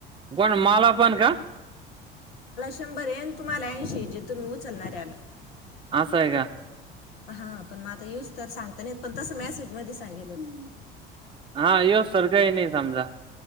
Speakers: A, on the right (about 15°); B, on the left (about 80°).
A: कोण माला पण का
B: शंभरये आणि तुम्हाला ऐंशीये जे तुम्ही उचलणाऱ्याला
A: अस आहे का?
B: हा पण मग आता यूस तर सांगता नाय येत पण तस मेसेजमध्ये सांगेल होत
A: हा येवस्तुर काय नाय समजा